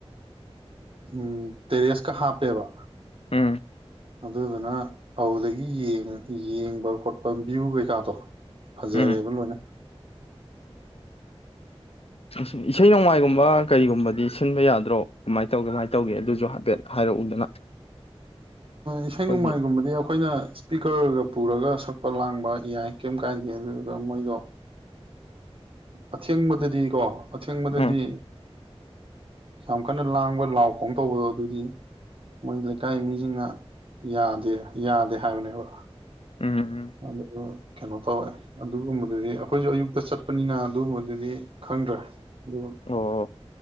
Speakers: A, on the right; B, on the left.
A: ꯎꯝ ꯇꯦꯔꯤꯁꯀ ꯍꯥꯞꯄꯦꯕ
B: ꯎꯝ
A: ꯑꯗꯨꯗꯨꯅ ꯐꯗꯒꯤ ꯌꯦꯡꯕ ꯈꯣꯠꯄ ꯚ꯭ꯌꯨ ꯀꯩꯀꯥꯗꯣ ꯐꯖꯔꯦꯕ
B: ꯎꯝ
A: ꯂꯣꯏꯅ
B: ꯑꯨꯝ ꯏꯁꯩ ꯅꯣꯡꯃꯥꯏꯒꯨꯝꯕ ꯀꯔꯤꯒꯨꯝꯕꯗꯤ ꯁꯤꯟꯕ ꯌꯥꯗ꯭ꯔꯣ ꯀꯃꯥꯏꯅ ꯇꯧꯒꯦ ꯀꯃꯥꯏꯅ ꯇꯧꯒꯦ ꯑꯗꯨꯁꯨ ꯍꯥꯏꯐꯦꯠ ꯍꯥꯏꯔꯛꯎꯗꯅ
A: ꯏꯁꯩ ꯅꯣꯡꯃꯥꯏꯒꯨꯝꯕꯗꯤ
B: ꯑꯩꯈꯣꯏꯒꯤ
A: ꯑꯩꯈꯣꯏꯅ ꯏꯁꯄꯤꯀꯔꯒ ꯄꯨꯔꯒ ꯁꯛꯄ ꯂꯥꯡꯕ ꯌꯥꯏ ꯀꯩꯝ ꯀꯥꯏꯗꯦ ꯑꯗꯨꯗꯨꯒ ꯃꯣꯏꯗꯣ ꯑꯊꯦꯡꯕꯗꯗꯤꯀꯣ ꯑꯊꯦꯡꯕꯗꯗꯤ
B: ꯎꯝ
A: ꯌꯥꯝ ꯀꯟꯅ ꯂꯥꯡꯕ ꯂꯥꯎ ꯈꯣꯡ ꯇꯧꯕꯗꯣ ꯑꯗꯨꯗꯤ ꯃꯣꯏ ꯂꯩꯀꯥꯏ ꯃꯤꯁꯤꯡꯅ ꯌꯥꯗꯦ ꯌꯥꯗꯦ ꯍꯥꯏꯕꯅꯦꯕ
B: ꯎꯝ ꯎꯝ
A: ꯑꯗꯨꯗ ꯀꯩꯅꯣ ꯇꯧꯋꯦ ꯑꯗꯨꯒꯨꯝꯕꯗꯨꯗꯤ ꯑꯩꯈꯣꯏꯁꯨ ꯑꯌꯨꯛꯇ ꯆꯠꯄꯅꯤꯅ ꯑꯗꯨꯒꯨꯝꯕꯗꯨꯗꯤ ꯈꯪꯗ꯭ꯔꯦ ꯑꯗꯨ
B: ꯑꯣ